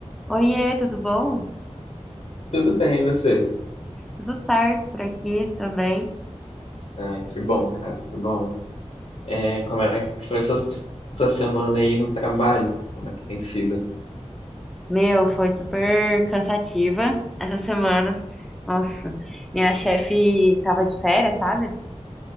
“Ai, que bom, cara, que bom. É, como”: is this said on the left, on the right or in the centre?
Left